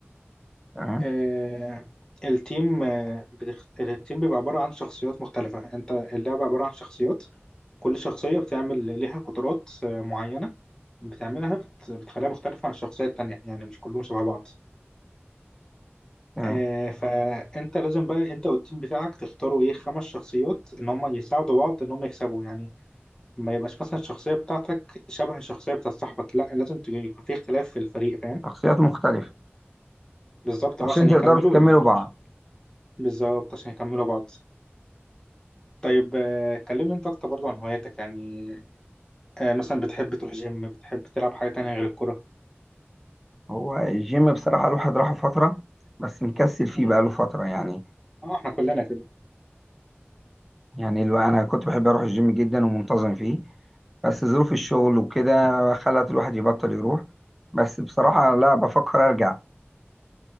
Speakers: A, in the centre; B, on the left.
A: تمام
B: آه، التيم آه، بتخ... التيم بيبقى عبارة عن شخصيات مختلفة انت اللعبة عبارة عن شخصيات كل شخصية بتعمل ليها قدرات آه، معينة بتعملها بت... بتخليها مختلفة عن الشخصية التانية يعني مش كلهم شبه بعض
A: تمام
B: آه، فانت لازم بقى انت والتيم بتاعك تختاروا ايه خمس شخصيات ان هم يساعدوا بعض ان هم يكسبوا يعني ما يبقاش مثلا الشخصية بتاعتك شبه الشخصية بتاعت صاحبك لا لازم ت- يكون في اختلاف في الفريق فاهم
A: شخصيات مختلفة
B: بالظبط
A: عشان
B: آه، عشان
A: تقدروا
B: يكملوا
A: تكملوا
B: ال-
A: بعض
B: بالظبط عشان يكملوا بعض طيب آه، كلمني انت اكتر برضو عن هواياتك يعني آه، مثلا بتحب تروح جيم بتحب تلعب حاجة تانية غير الكرة
A: هو الجيم بصراحة الواحد راحه فترة بس مكسل فيه
B: مم.
A: بقاله فترة يعني
B: اه احنا كلنا كده
A: يعني الو- أنا كنت بحب أروح الجيم جدا ومنتظم فيه بس ظروف الشغل وكده خلت الواحد يبطل يروح بس بصراحة لا بفكر أرجع